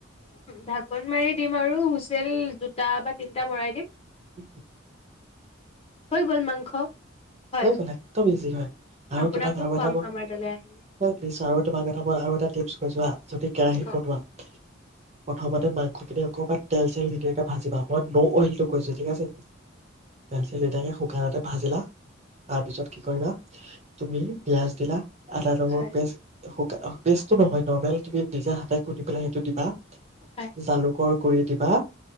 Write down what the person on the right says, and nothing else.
উম।
হৈ গ'ল, একদম ইজি হয়। আৰু
তোমাক আৰু
এটা মই <unintelligible>
আৰু তোমাক এটা মই আৰু এটা টিপছ কৈছোঁ হা, যদি কেৰাহিত
বনোৱা, প্ৰথমতে মাংসখিনি অকমান তেল চেল নিদিয়াকে ভাজিবা। মই ন' অইল তোক কৈছে, ঠিক আছে। <unintelligible> শুকান <unintelligible> ভাজিলা? তাৰপিছত কি কৰিবা, তুমি পিয়াজ দিলা আদা, নহৰু
পেষ্ট শুক, পেষ্টটো নহয়, নৰ্মেল তুমি নিজে হাতে খুন্দি পেলাই সেইটো দিবা,
জালুকৰ গুৰি দিবা